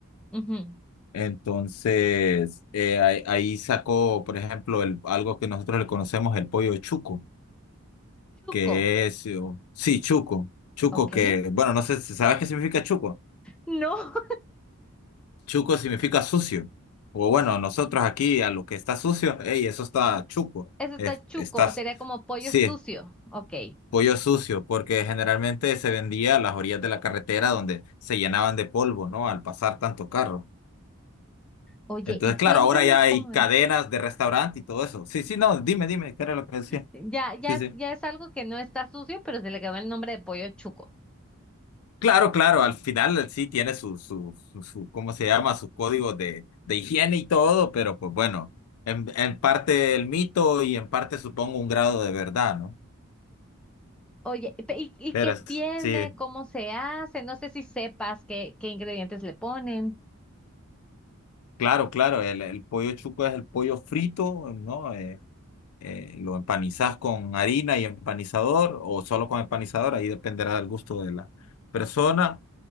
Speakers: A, in the centre; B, on the left.
A: Ujú.
B: Entonces, eh, ahí, ahí sacó, por ejemplo, el, algo que nosotros le conocemos, el pollo chuco,
A: Chuco,
B: que es, eh, o- sí, chuco, chuco
A: ¿ok?
B: que, bueno, no sé, si- ¿sabes qué significa chuco?
A: No, <laughs>
B: Chuco significa sucio. O bueno, nosotros aquí a lo que está sucio, hey, eso está chuco,
A: eso está
B: es-
A: chuco,
B: estás,
A: sería como pollo
B: sí,
A: sucio, ¿ok?
B: pollo sucio, porque generalmente se vendía a las orillas de la carretera donde se llenaban de polvo, ¿no? Al pasar tanto carro.
A: Oye,
B: Entonces,
A: y cuéntame
B: claro, ahora ya hay
A: cómo
B: cadenas
A: es.
B: de restaurante y todo eso. Sí, sí, no, dime, dime, ¿qué era lo que decía?
A: Ya, ya,
B: Sí,
A: es-
B: sí.
A: ya es algo que no está sucio, pero se le quedó el nombre de pollo chuco.
B: Claro, claro, al final eh, sí tiene su, su, su, su- ¿cómo se llama? su código de, de higiene y todo, pero pues bueno, en, en parte el mito y en parte supongo un grado de verdad, ¿no?
A: Oye, pe- ¿y, y
B: Pero
A: qué
B: es-
A: tiene?
B: sí,
A: ¿Cómo se hace? No sé si sepas qué, qué ingredientes le ponen.
B: claro, claro, el, el pollo chuco es el pollo frito, ¿no? Eh, eh, lo empanizas con harina y empanizador o solo con empanizador, ahí dependerá del gusto de la persona.